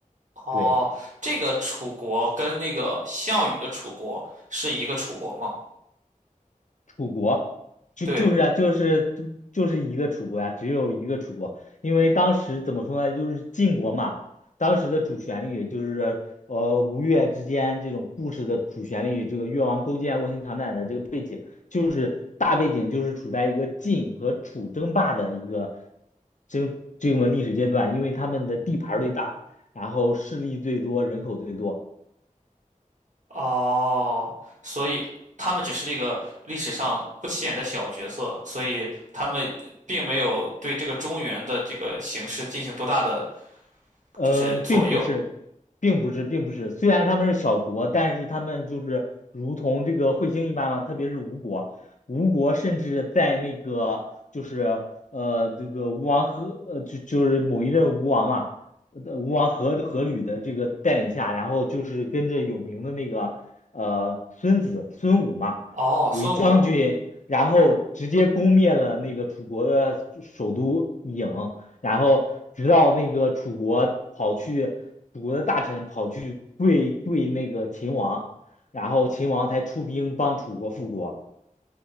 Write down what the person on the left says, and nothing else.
对，
楚国就就是啊，
就是就是一个楚国呀、只有一个楚国，因为当时怎么说呢，就是晋国嘛，当时的主旋律就是呃吴越之间这种故事的主旋律，这个越王勾践卧薪尝胆的这个。就是大背景就是处在一个晋和楚争霸的一个争这个历史阶段，因为他们的地盘儿最大，然后势力最多，人口最多。
嗯，
并不是，并不是，并不是。虽然他们是小国，但是他们就是如同这个彗星一般嘛，特别是吴国，吴国甚至在那个就是呃这个吴王阖呃就就是某一任吴王嘛，呃吴王阖阖闾的这个带领下，然后就是跟着有名的那个呃孙子孙武嘛为将军，
然后直接攻灭了那个楚国的首都郢。然后直到那个楚国跑去，楚国的大臣跑去跪跪那个秦王，然后秦王才出兵帮楚国复国。